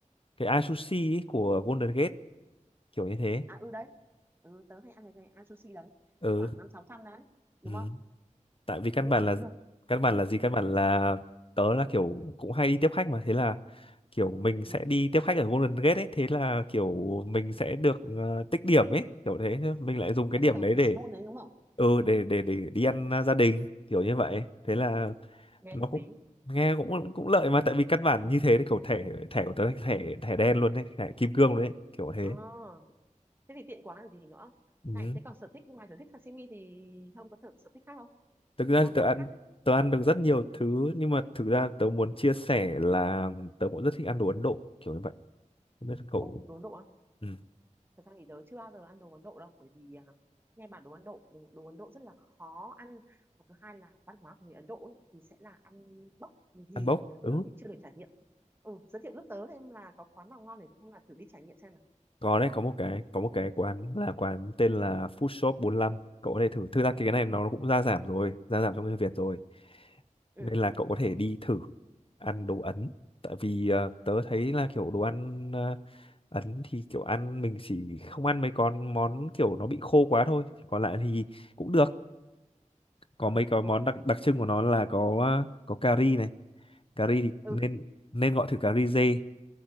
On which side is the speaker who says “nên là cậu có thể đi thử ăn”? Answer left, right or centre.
Left